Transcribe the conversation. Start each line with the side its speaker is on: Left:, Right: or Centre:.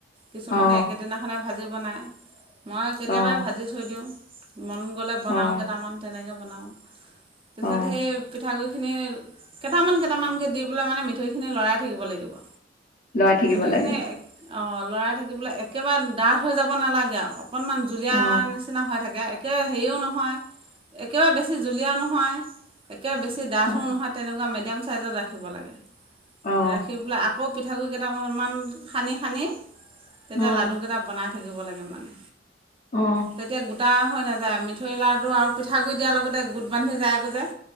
Right: কিছুমানে
Left: অ
Right: একেদিনাখনে ভাজি বনায়। মই কেতিয়াবা
Left: অ
Right: ভাজি থৈ দিওঁ। মন গ'লে বনাওঁ
Left: অ
Right: যে। কেইটামান তেনেকে বনাওঁ। তাৰ
Left: অ
Right: পিছত সেই পিঠাগুৰি। খিনি কেইটামান, কেইটামানকৈ, দি পেলাই মানে মিঠৈখিনি লৰাই থাকিব লাগিব।
Left: লৰাই থাকিব
Right: মিঠৈ
Left: লাগে
Right: খিনি অ। লৰাই থাকিবলৈ একেবাৰে ডাঠ হৈ যাব নালাগে আৰু। অকনমান জুলীয়া
Left: অ
Right: নিচিনা হৈ থাকে একে। হেৰিও নহয়। একেবাৰে বেছি জুলীয়াও নহয়। একে বেছি ডাঠো
Left: অ
Right: নহয় তেনেুৱা মে। মিডিয়াম ছাইজত ৰাখিব লাগে।
Left: অ
Right: ৰাখি পেলাই আকৌ। পিঠাগুৰি কেইটামান সানি সানি। তেতিয়া
Left: অ
Right: লাডু কেইটা বনাই থাকে। থাকিব লাগে মানে।
Left: অ
Right: তেতিয়া গোটা হয় নাজা। যায় মিঠৈ লাডু আৰু। পিঠাগুড় দিয়াৰ লগতে গুত বান্ধি যাওঁ একো যায়।